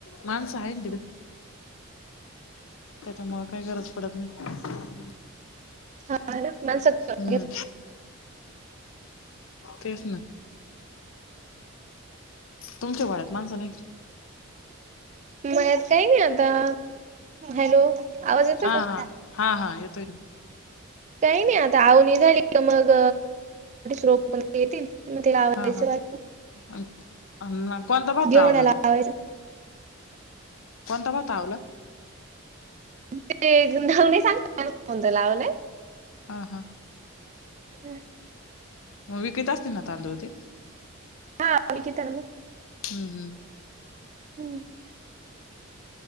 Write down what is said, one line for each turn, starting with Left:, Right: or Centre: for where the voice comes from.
Left: माणसं आहे ना तिला त्याच्यामुळं काय गरज पडत नाही.
Right: ह ना मानसकतो
Left: हम्म तेच ना तुमच्या मळ्यात माणसं नाही का.
Right: मळ्यात काय नाही आता हॅलो आवाज येतोय
Left: हा
Right: का
Left: हा हा हा येतोय ना
Right: काय नाही आता अवनी झाली की मग रोप पण येतील मग ते लावायचं
Left: हा हा अ कोणता भात
Right: घेवढ्याला
Left: आवला ग
Right: लावायचं.
Left: कोणता भात आवला
Right: ते नाव नाही सांगता येणार कोणता लावला
Left: हा हा
Right: हम <inaudible>
Left: मग विकत असतील ना तांदूळ ते
Right: लावली की तर मग
Left: हम्म हम्म
Right: हम्म